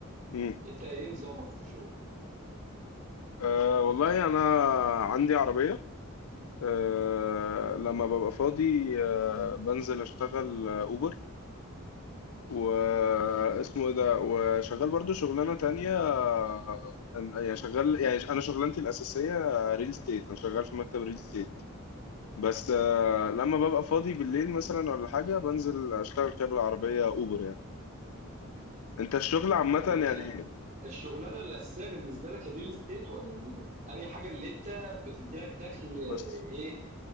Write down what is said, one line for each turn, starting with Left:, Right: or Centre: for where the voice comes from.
Left: مم.
Right: انت ايه نظامك في الشغل
Left: أه والله انا عندي عربية أه لما ببقى فاضي أه بنزل اشتغل آه، اوبر واسمه ايه ده وشغال برضو شغلانة تانية آه، يعني شغال يعني انا شغلانتي الاساسية ريل ستيت انا شغال في مكتب ريل ستيت بس لما ببقى فاضي بالليل مثلا ولا حاجة بنزل أشتغل كده بالعربية أوبر يعني أنت الشغل عامة
Right: طب وانت
Left: يعني
Right: الشغلانه الاساسيه بالنسبه لك الريل استيت ولا الاوبر؟ انهي حاجه اللي انت بتدي لك دخل
Left: بس
Right: ايه